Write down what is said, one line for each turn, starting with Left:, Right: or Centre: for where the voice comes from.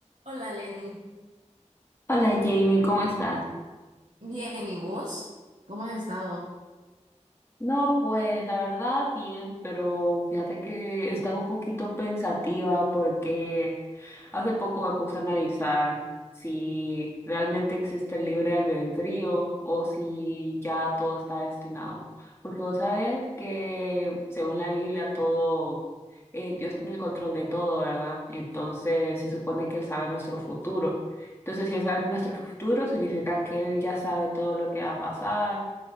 Right: Hola Lenny,
Left: Hola Jamie, ¿cómo estás?
Right: bien, ¿y vos? ¿Cómo has estado?
Left: No, pues la verdad bien, pero fíjate que he estado un poquito pensativa porque hace poco me puse a analizar si realmente existe el libre albedrío o si ya todo está destinado. Porque vos sabes que según la Biblia todo, eh, Dios tiene el control de todo, ¿verdad? Entonces se supone que Él sabe nuestro futuro. Entonces si Él sabe nuestro futuro significa que Él ya sabe todo lo que va a pasar